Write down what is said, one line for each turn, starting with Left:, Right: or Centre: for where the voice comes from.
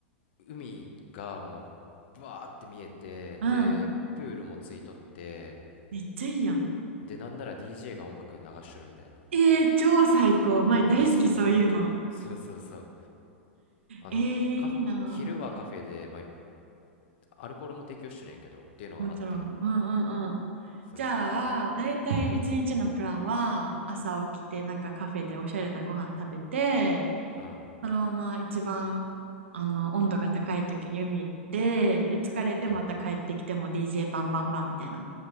Left: う、海がもう、ブワーって見えて、
Right: あー、
Left: で、
Right: あうん。
Left: プールもついとって、
Right: めっちゃいいやん。
Left: で、なんなら DJ が音楽流しとるみたいな。
Right: えー、超最高。
Left: <laughs>
Right: 前大好きそういうの。
Left: え、そうそう。そうそうそう。あの、
Right: えー、
Left: カフ、
Right: いいな。
Left: 昼はカフェで、まあ、アルコールも提供してるんやけど、っていうのがあって。
Right: もちろん。うんうんうん。
Left: そうそうそう。
Right: じゃあ、だいたい一日のプランは、朝起きて、なんかカフェでおしゃれなご飯食べて、
Left: うん、
Right: そのまま一番、あの、温度が高い時に海行って、で、疲れてまた帰ってきても
Left: うん。
Right: DJ バンバンバンみたいな。